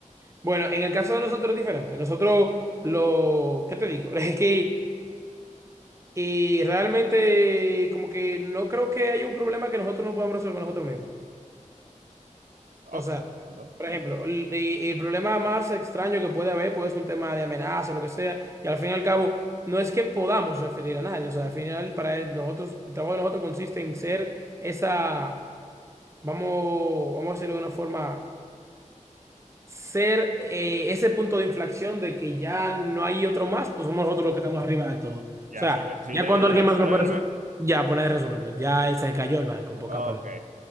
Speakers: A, on the right; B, on the right.
A: Bueno, en el caso de nosotros es diferente. Nosotros, lo, ¿qué te digo? <laughs> es que Y realmente, como que no creo que haya un problema que nosotros no podamos resolver nosotros mismos.
B: Ok,
A: O sea,
B: entiendo.
A: por ejemplo, el, y- y el problema más extraño que puede haber puede ser un tema de amenaza, lo que sea, y al fin y al cabo, no es que podamos referir a nadie. O sea, al final, para el- nosotros, el trabajo de nosotros consiste en ser esa, vamos, vamos a decirlo de una forma. ser eh, ese punto de inflexión de que ya no hay otro más, pues somos nosotros los que estamos arriba de todo. O
B: Ya,
A: sea,
B: si, usted- si
A: ya
B: ustedes
A: cuando
B: no
A: alguien
B: resuelven.
A: más no Claro. puede resolver, ya pues nadie resuelve, ya se cayó el banco, en pocas
B: Ok,
A: palabras.